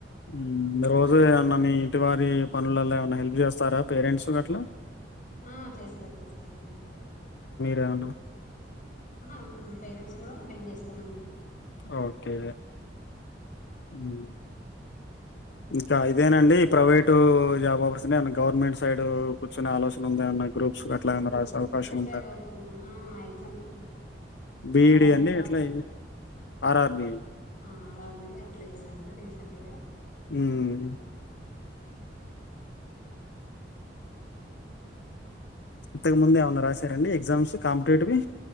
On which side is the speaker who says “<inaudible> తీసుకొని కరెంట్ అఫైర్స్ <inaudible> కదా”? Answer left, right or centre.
Left